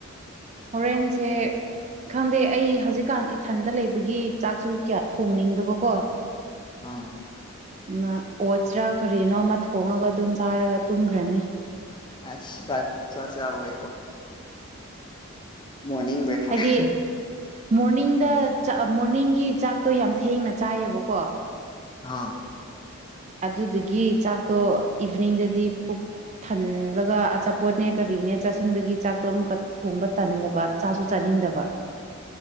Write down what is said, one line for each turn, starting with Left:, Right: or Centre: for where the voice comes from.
Right: ꯍꯣꯔꯦꯟꯁꯦ ꯈꯪꯗꯦ ꯑꯩ ꯍꯧꯖꯤꯛꯀꯥꯟ ꯏꯊꯟꯗ ꯂꯩꯕꯒꯤ ꯆꯥꯛꯁꯨ ꯀꯌꯥ ꯊꯣꯡꯅꯤꯡꯗꯕꯀꯣ
Left: ꯑꯥ
Right: ꯑꯃ ꯑꯣꯠꯁ꯭ꯔꯥ ꯀꯔꯤꯅꯣꯃ ꯊꯣꯡꯉꯒ ꯑꯗꯨꯝ ꯆꯥꯔꯒ ꯇꯨꯝꯈ꯭ꯔꯅꯤ
Left: ꯑ ꯆ ꯆꯁꯋꯦ ꯃꯣꯔꯅꯤꯡ ꯕ꯭ꯔꯦꯛꯐꯥꯁ
Right: ꯍꯥꯏꯗꯤ ꯃꯣꯔꯅꯤꯡꯗ ꯃꯣꯔꯅꯤꯡꯒꯤ ꯆꯥꯛꯇꯣ ꯌꯥꯝ ꯊꯦꯡꯅ ꯆꯥꯏꯌꯦꯕꯀꯣ
Left: ꯍꯥꯥ
Right: ꯑꯗꯨꯗꯨꯒꯤ ꯆꯥꯛꯇꯣ ꯏꯚꯅꯤꯡꯗꯗꯤ ꯄꯨꯛ ꯊꯜꯂꯒ ꯑꯆꯥꯄꯣꯠꯅꯦ ꯀꯔꯤꯅꯦ ꯆꯥꯁꯤꯟꯕꯒꯤ ꯆꯥꯛꯇꯣ ꯑꯃꯨꯛꯀ ꯊꯣꯡꯕ ꯇꯜꯂꯕ ꯆꯥꯁꯨ ꯆꯥꯅꯤꯡꯗꯕ